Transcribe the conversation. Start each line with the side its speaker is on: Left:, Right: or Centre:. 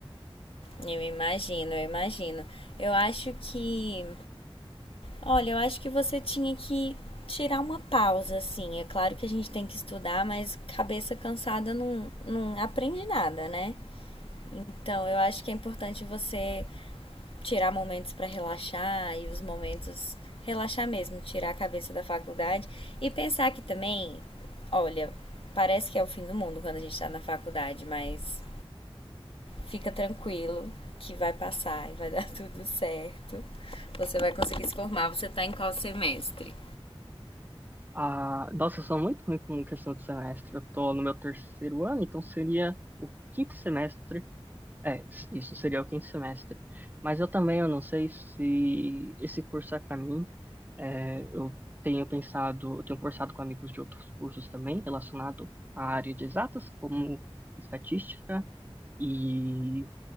Left: Eu imagino, eu imagino. Eu acho que Olha, eu acho que você tinha que tirar uma pausa, assim. É claro que a gente tem que estudar, mas cabeça cansada não, não aprende nada, né? Então, eu acho que é importante você tirar momentos para relaxar e os momentos relaxar mesmo, tirar a cabeça da faculdade e pensar que também, olha, parece que é o fim do mundo quando a gente tá na faculdade, mas fica tranquilo que vai passar e vai dar <laughs> tudo certo. Você vai conseguir se formar. Você tá em qual semestre?
Right: Ah, nossa, eu sou muito ruim com questão de semestre. Eu tô no meu terceiro ano, então seria o quinto semestre. É, s- isso seria o quinto semestre. Mas eu também, eu não sei se esse curso é para mim. É, eu tenho pensado, eu tenho conversado com amigos de outros cursos também, relacionado à área de exatas, como estatística e